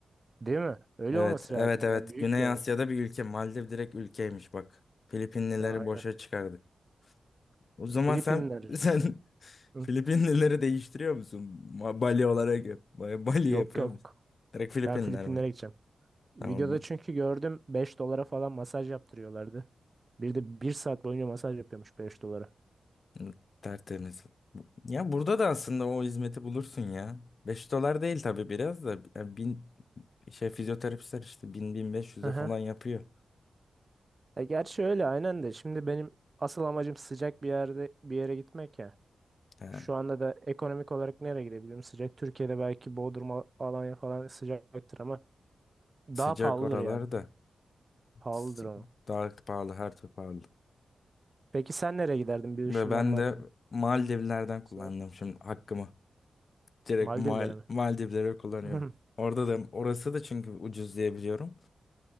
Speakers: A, on the right; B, on the left.
A: Değil mi? Öyle
B: Evet,
A: olması
B: evet,
A: lazım
B: evet.
A: ya. Büyük
B: Güney
A: bir ada.
B: Asya'da bir ülke. Maldiv direkt ülkeymiş bak. Filipinlileri
A: Ha, Aynen.
B: boşa çıkardık. O zaman
A: Filipinler.
B: sen <laughs> sen
A: Hı,
B: Filipinlileri değiştiriyor musun? Ma- Bali olarak yap. Ba- Bali yapıyor
A: Yok yok.
B: musun? Direkt Filipinler
A: Ben Filipinlere
B: var.
A: gideceğim. Videoda
B: Tamam mı?
A: çünkü gördüm 5 dolara falan masaj yaptırıyorlardı. Bir de bir saat boyunca masaj yapıyormuş 5 dolara.
B: Hı, Tertemiz. Ya burada da aslında o hizmeti bulursun ya. 5 dolar değil tabii biraz da. Ya bin, şey fizyoterapistler işte bin bin beş yüz'e
A: Hı hı.
B: falan yapıyor.
A: E gerçi öyle aynen de. Şimdi benim asıl amacım sıcak bir yerde bir yere gitmek ya.
B: Ha.
A: Şu anda da ekonomik olarak nereye gidebilirim? Sıcak Türkiye'de belki Bodrum, Al- Alanya falan sıcaktır ama daha
B: Sıcak
A: pahalıdır
B: oralarda.
A: yani. Pahalıdır
B: S-
A: o.
B: Daha pahalı, her türlü pahalı.
A: Peki sen nereye giderdin bir
B: Ve
A: ışınlanmak
B: ben de Maldivlerden
A: olsa?
B: kullandım şimdi hakkımı. Direkt
A: Maldivlere
B: Mal
A: mi?
B: Maldivlere kullanıyorum.
A: <laughs>
B: Orada da orası da çünkü ucuz diye biliyorum.